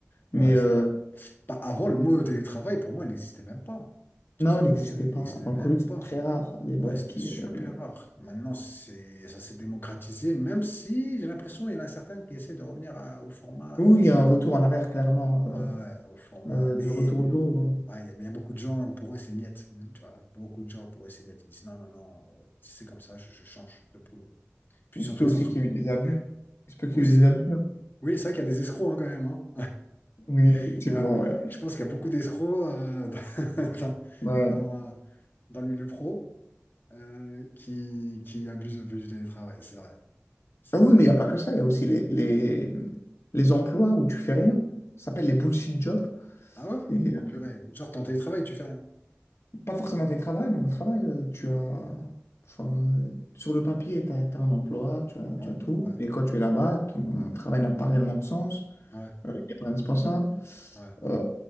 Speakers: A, on the left (about 70°); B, on the left (about 45°).
A: Mais
B: Ouais,
A: euh,
B: c'est vrai. Bah, avant, le mot télétravail, pour moi, il n'existait même pas. Tu
A: non,
B: vois ce
A: il
B: que
A: n'existait
B: je veux dire?
A: pas.
B: Il n'existait
A: Avant
B: même
A: le Covid, c'est
B: pas.
A: très rare, les boîtes
B: Ouais, c'était
A: qui...
B: super
A: euh,
B: rare. Maintenant, c'est, ça s'est démocratisé, même si j'ai l'impression qu'il y en a certains qui essaient de revenir à- au format.
A: Oui,
B: euh,
A: il y a un retour en arrière, clairement, euh,
B: ouais, ouais, au format.
A: euh,
B: Mais
A: de retour au bureau. hein.
B: ouais, il y a mais il y a beaucoup de gens, pour eux, c'est niet. Tu vois, beaucoup de gens, pour eux, c'est niet. Ils disent non, non, non, euh, si c'est comme ça, je, je change de boulot. Puis
A: Il
B: surtout
A: se peut
B: les
A: aussi
B: entreprises
A: qu'il y ait eu des abus. Il se peut qu'il
B: aussi.
A: y ait eu des abus. hein.
B: Oui, c'est vrai qu'il y a des escrocs hein, quand même. hein.
A: Oui, effectivement,
B: <laughs> Il
A: ouais.
B: Je pense qu'il y a beaucoup d'escrocs euh, <laughs> dans,
A: Ouais.
B: dans, dans le milieu pro euh, qui, qui abusent un peu du télétravail, c'est vrai. C'est
A: Ah oui,
B: vrai.
A: mais il n'y a pas que ça, il y a aussi les, les, les emplois où tu fais rien. Ça s'appelle les bullshit jobs.
B: Ah ouais?
A: Et
B: Oh
A: euh,
B: purée. Genre, t'es en télétravail, tu fais rien.
A: pas forcément tes travails, mais au travail, euh, tu as. Enfin, euh, sur le papier, tu as, un emploi, tu as,
B: Ouais,
A: tu as tout.
B: ouais,
A: Mais quand tu es là-bas, ton travail n'a pas réellement de sens.
B: ouais,
A: euh, il n'est pas indispensable.
B: ouais.
A: euh,